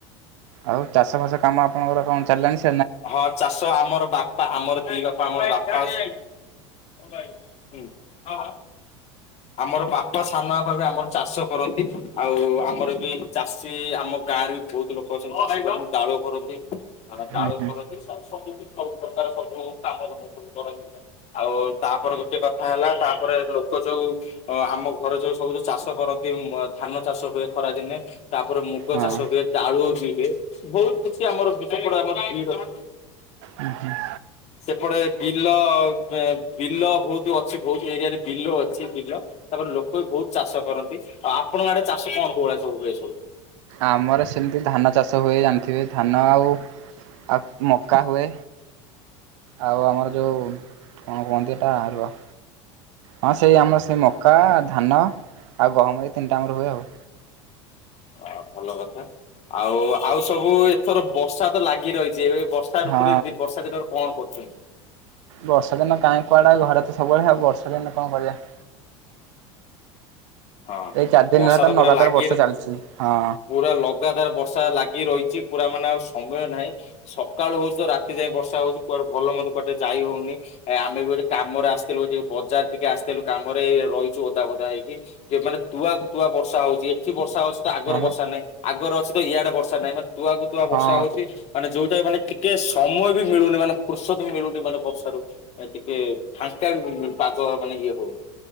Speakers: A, on the right (about 75°); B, on the left (about 45°).
A: ଆଉ ଚାଷ ଫାଶ କାମ ଆପଣଙ୍କର କଁ ଚାଲିଲାଣି ସ୍
B: ହଁ ଚାଷ ଆମର ବାପା ଆମର ଦି ବାପା ଆମର ବାପା ଅ ଓ ଭାଈ ହୁଁ ଅହ ଆମର ବାପା ସାନ ବାପା ବି ଆମର ଚାଷ କରନ୍ତି ଆଉ ଆମର ବି ଚାଷୀ ଆମ ଗାଁରେ ବି ବହୁତ ଲୋକ ଅଛନ୍ତି ଚାଷ ଦାଳୁଅ କରନ୍ତି। ଆ
A: ହୁଁ
B: ଦାଳୁଅ
A: ହୁଁ
B: କରନ୍ତି ସ ସବୁ କି ସବୁ ପ୍ରକାର ସବୁ କାମଧନ୍ଦା ସବୁ କରନ୍ତି। ଆଉ ତାପରେ ଗୋଟେ କଥା ହେଲା ତାପରେ ଲୋକ ଯୋଉ ଅ ଆମ ଘରେ ଯୋଉ ସବୁ ଯୋଉ ଚାଷ କରନ୍ତି ମ ଧାନ ଚାଷ ହୁଏ ଖରା ଦିନେ ତାପରେ ମୁଗ
A: ହଁ
B: ଚାଷ ହୁଏ ଡାଳୁଅ ବି ହୁଏ ବହୁତ୍ କିଛି ଆମର ବିଷପୋଡ ଆମର ଭିଡ୍ ଅଛି।
A: ଉଁ ହୁଁ
B: ସେପଟେ ବିଲ ପାଏ ବିଲ ବହୁତୁ ଅଛି ବହୁତୁ ଏରିଆରେ ବିଲ ଅଛି ବି ଲ ତାପରେ ଲୋକ ବି ବହୁତ ଚାଷ କରନ୍ତି ଆଉ ଆପଣଙ୍କ ଆଡେ ଚାଷ କଣ କଉ ଭଳିଆ ସବୁ ହୁଏ ସବୁ?
A: ଆମର ସେମିତି ଧାନ ଚାଷ ହୁଏ ଜାଣିଥିବେ ଧାନ ଆଉ ଆଉ ମକା ହୁଏ। ଆଉ ଆମର ଯଉ କଣ କୁହନ୍ତି ଏଟା ରୁହ ହଁ ସେଇ ଆମର ସେ ମକା, ଧାନ ଆଉ ଗହମ ଏ ତିନିଟା ଆମର ହୁଏ ଆଉ।
B: ଅ ଭଲ କଥା ଆଉ ଆଉ ସବୁ ଏଥର ବର୍ଷା ତ ଲାଗି ରହିଚି ଏବେ ବ ର୍ଷା
A: ହଁ
B: ଋତୁରେ ଦି ବର୍ଷା ଦିନରେ କଣ କରୁଚନ୍ତି?
A: ବର୍ଷା ଦିନ କାଇଁ କୁଆଡେ ଘରେତ ସବୁବେଳେ ଆଉ ବର୍ଷା ଦିନେ କଁ କରିବା
B: ହଁ
A: ଏଇ ଚାରିଦିନି
B: ବର୍ଷା
A: ହେଲାତ
B: ତ ପୁରା
A: ନଗାତାର
B: ଲାଗି
A: ବର୍ଷା ଚାଲିଚି ହଁ।
B: ପୁରା ଲଗାତାର ବର୍ଷା ଲାଗି ରହିଚି ପୁରା ମାନେ ଆଉ ସମୟ ନାହିଁ। ସକାଳୁ ହଉଚି ତ ରାତି ଯାଏ ବର୍ଷା ହଉଚି କୁଆଡେ ଭଲ ମନ୍ଦ କୁଆଡେ ଟିଏ ଯାଇ ହଉନି। ଏ ଆମେ ବି ଗୋଟେ କାମରେ ଆସିଥିଲୁ ଏଟିକି ବଜାର ଟିକେ ଆସିଥିଲୁ କାମରେ ଏଇ ରହିଚୁ ଓଦା ଫୋଦା ହେଇକି। କେ ମାନେ ତୁଆକୁୁ ତୁଆ ବର୍ଷା ହଉଚି ଏଠି ବର୍ଷା ଅଛି ତ ଆଗରେ
A: ଭଲ
B: ବର୍ଷା ନାହିଁ ଆଗରେ ଅଛି ତ ଇଆଡେ ବର୍ଷା ନାହିଁ ମା ତୁଆକୁ ତୁଆ
A: ହଁ
B: ବର୍ଷା ହଉଚି। ମାନେ ଯୋଉଟା ମାନେ ଟିକେ ସମୟ ବି ମିଳୁନି ମାନେ ଫୁର୍ସତ ବି ମିଳୁନି ମାନେ ବର୍ଷାରୁ। ଏ ଟିକେ ଫାଙ୍କା ବି ହଉନି ଏ ପାଗ ମାନେ ଇଏ ହଉନି।